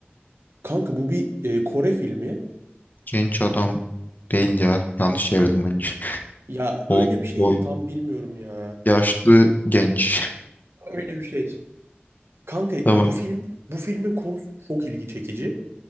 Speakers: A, on the right; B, on the left.
A: Kanka bu bir e, Kore filmi.
B: Genç adam değil ya. Yanlış çevirdim bence. <laughs>
A: Ya
B: Old
A: öyle bir şeydi
B: boy.
A: tam bilmiyorum ya.
B: Yaşlı genç.
A: Öyle bir şey. Kanka
B: <laughs> Tamam.
A: bu film bu filmin konusu çok ilgi çekici.